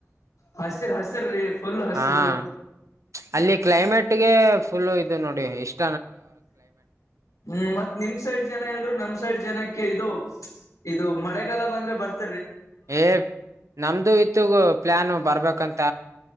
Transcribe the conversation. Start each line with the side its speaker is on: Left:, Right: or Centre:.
Left: ಹಸಿರು ಹಸಿರ ರೀ ಫುಲ್ ಹಸಿರು
Right: ಹಾ ಅಲ್ಲಿ ಕ್ಲೈಮೇಟ್ಗೆ ಫುಲ್ ಇದು ನೋಡಿ ಎಷ್ಟು
Left: ಹ್ಮ್ ಮತ್ತ್ ನಿಮ್ ಸೈಡ್ ಜನ ಎಲ್ರು ನಮ್ ಸೈಡ್ ಜನ ಇದು ಇದು ಮಳೆಗಾಲ ಬಂದ್ರೆ ಬರ್ತ
Right: ಏ ನಮ್ದು ಇತ್ತುಗ ಪ್ಲಾನ ಬರ್ಬೇಕಂತ